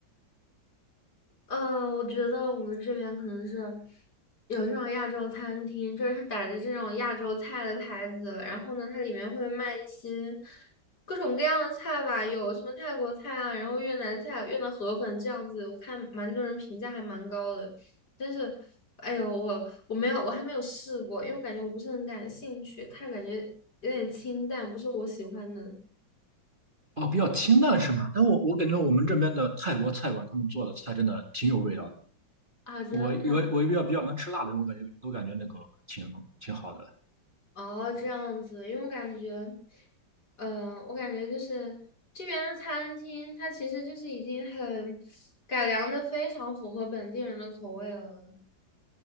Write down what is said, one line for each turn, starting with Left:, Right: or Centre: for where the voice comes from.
Left: 呃，我觉得我们这边可能是有这种亚洲餐厅，就是它打着这种亚洲菜的牌子，然后呢，它里面会卖一些各种各样的菜吧，有什么泰国菜啊，然后越南菜、越南河粉这样子，我看蛮多人评价还蛮高的，但是，哎呦，我我没有，我还没有试过，因为我感觉我不是很感兴趣，看着感觉有点清淡，不是我喜欢的
Right: 哦，比较清淡是吗？但我我感觉我们这边的泰国菜馆，他们做的菜真的挺有味道的。
Left: 啊，真的。
Right: 我我我比较比较能吃辣的人，我感觉都感觉那个挺挺好的。
Left: 哦，这样子，因为我感觉，嗯、我感觉就是这边的餐厅，它其实就是已经很改良的非常符合本地人的口味了。